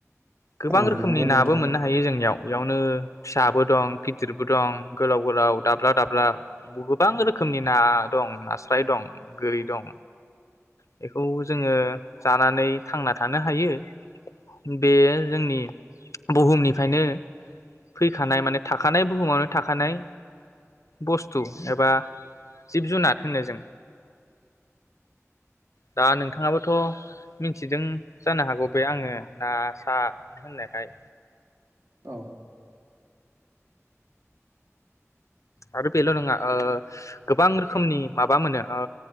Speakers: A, on the left; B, on the right.
A: गोबां
B: औ
A: रोखोमनि
B: नंगौ नोंथां
A: नाबो मोननो हायो जोंनियाव। बेयावनो फिसाबो दं गिदिरबो दं गोलाव गोलाव दाब्ला दाब्ला बु गोबां रोखोमनि ना दं नास्राय दं गोरि दं बेखौ जोंङो जानानै थांना थानो हायो। बेयो जोंनि बुहुमनिफ्रायनो फैखानाय माने थाखानाय बुहुमावनो थाखानाय बुस्थु एबा जिब जुनार होनो जों दा नोंथाङाबोथ मिथिदों जानो हागौ । बे आंङो ना सा होननायखाय
B: औ।
A: आरो बेल‌ नंङा ओ गोबां रोखोमनि माबा मोनो ओ